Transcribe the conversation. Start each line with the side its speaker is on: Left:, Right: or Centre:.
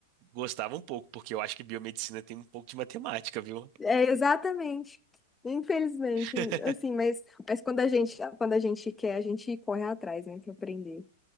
Right: gostava um pouco, porque eu acho que biomedicina tem um pouco de matemática, viu?
Left: É, exatamente. Infelizmente,
Right: É.
Left: assim, mas, mas quando a gente, quando a gente quer, a gente corre atrás, né, para aprender.